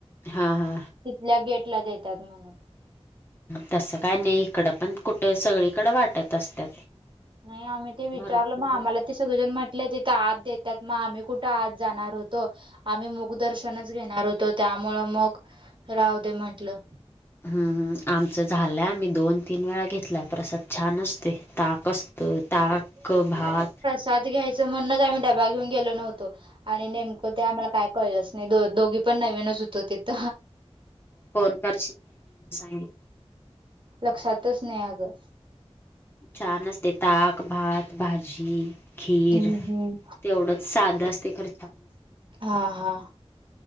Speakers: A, on the left; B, on the right.
A: हा हा.
B: तिथल्या गेटला देतात म्हणून
A: मग तसं काय नाही इकडं पण कुठं सगळीकडं वाटत असतात.
B: नाही आम्ही ते विचारलं
A: भरपूर
B: मग आम्हाला ते सगळेजण म्हटले तिथे आत देतात मग आम्ही कुठं आत जाणार होतो. आम्ही मुग दर्शनच घेणार होतो त्यामुळं मग राह दे म्हटलं.
A: हम् आमचं झालंय आम्ही दोन तीन वेळा घेतलाय पर अस छान असते. ताक अस असत ताक भात
B: साथ घ्यायचं म्हणूनच आम्ही डबा घेऊ गेलो नव्हतो आणि नेमकं ते आम्हाला काय कळलंच. नाही दो दोघी पण नवीनच होत हो तथ.
A: फन करशील काय सांगित.
B: लक्षातच नाही अगं.
A: छान असते ताक भात भाजी खीर
B: हम्म हम्म
A: तेवढंच साध असते खरं छान असते.
B: हा हा.